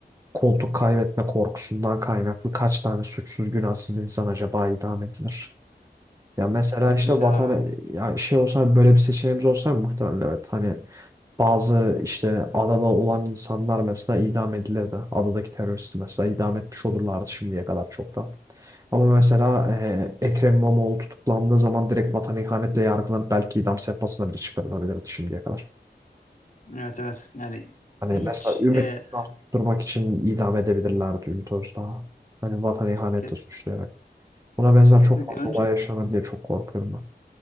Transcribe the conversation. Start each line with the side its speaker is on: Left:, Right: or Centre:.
Right: koltuk kaybetme korkusundan kaynaklı kaç tane suçsuz günahsız insan acaba idam edilir? Ya mesela
Left: kesinlikle
Right: işte vatan
Left: abi.
Right: ya şey olsa böyle bir seçeneğimiz olsa muhtemelen evet hani bazı işte adada olan insanlar mesela idam edilirdi. Adadaki teröristi mesela idam etmiş olurlardı şimdiye kadar çoktan. Ama mesela e, Ekrem İmamoğlu tutuklandığı zaman direkt vatan ihanetle yargılanıp belki idam sehpasına bile çıkarılabilirdi şimdiye kadar.
Left: Evet evet yani
Right: Hani
Left: hiç
Right: mesela Ümit
Left: e,
Right: Özdağ'ı tutturmak için idam edebilirlerdi Ümit Özdağ'ı. Hani vatan ihanetle
Left: ke-
Right: suçlayarak. Buna benzer
Left: kesinlikle
Right: çok fazla
Left: önce
Right: olay yaşanır diye çok korkuyorum ben.